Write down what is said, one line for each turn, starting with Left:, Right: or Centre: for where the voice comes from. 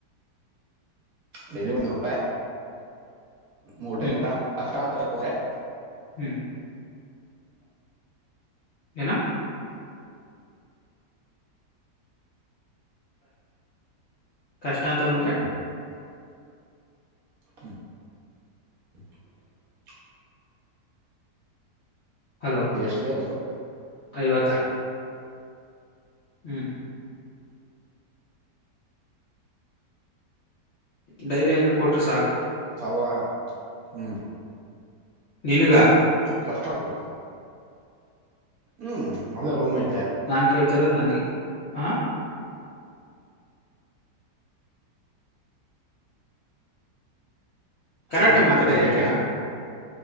Right: ಡೈಲಿ ಒಂದ್ ರೂಪಾಯಿ ಮೂರ್
Left: ಹ್ಮ್
Right: ಟೈಮ್ ಊಟ ನಾಷ್ಟ <unintelligible>
Left: ಹ್ಮ್ ಎನೊ ಕಷ್ಟ ಅಂತ ಬಂದ್ರೆ.
Right: <inaudible>
Left: ಹಲೋ
Right: ಎಷ್ಟು ಬೇಕಷ್ಟು
Left: ಐವತಾ. ಹ್ಮ್ ಡೈಲಿ ಐನೂರು ಕೊಟ್ಟರೆ ಸಾಕು.
Right: ಸಾವರಾ ಹ್ಮ್.
Left: ನಿನಗ.
Right: ಕಷ್ಟ ಆಗ್ಬಿಡುತ್ತೆ ಹ್ಮ್ ಇಲ್ಲ ಅಲ್ಲೇ ರೂಮ್ಐ
Left: ನಾನ್ ಕೇಳ್ತಾರದು ನನಗೆ ಹ. ಕರೆಕ್ಟ್
Right: ನಿನಗೆನೆ
Left: ಮಾತಾಡ
Right: ನಿನಗೇನೇ.
Left: ಯಾಕೆ